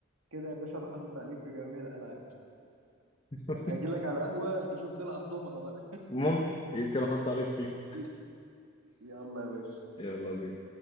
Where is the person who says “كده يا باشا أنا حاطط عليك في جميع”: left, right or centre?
Right